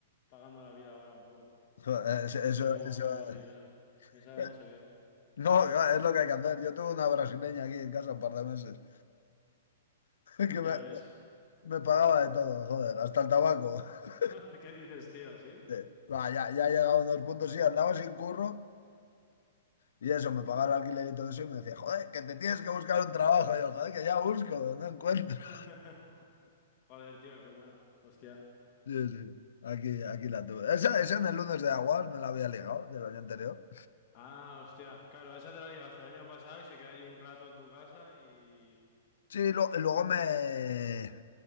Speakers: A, on the left; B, on the left.
A: pagando la vida ahora un poco.
B: joder, eh, eso,
A: No
B: eso,
A: sé cómo
B: eso-
A: he conseguido eso. Esa
B: <laughs>
A: no se ve.
B: No, claro, es lo que hay que hacer. Yo tuve una brasileña aquí en casa un par de meses <laughs> que
A: Ya
B: me,
A: ves.
B: me pagaba de todo, joder, hasta el tabaco. <laughs>
A: <laughs> ¿Qué dices, tío? ¿Sí?
B: Sí. Va, ya, ya he llegado a unos puntos, sí, andaba sin curro. Y eso, me pagaba el alquiler y todo eso y me decía, joder, que te tienes que buscar un trabajo. Y yo, joder, que ya busco, no encuentro.
A: <laughs>
B: <laughs>
A: Joder, tío, qué buena. Hostia.
B: Sí, sí, aquí, aquí la tuve. Esa, esa en el lunes de Aguas me la había ligado del año anterior.
A: Ah, hostia. Claro, esa te la ligaste el año pasado y se queda ahí un rato en tu casa y...
B: Sí, lo- y luego me...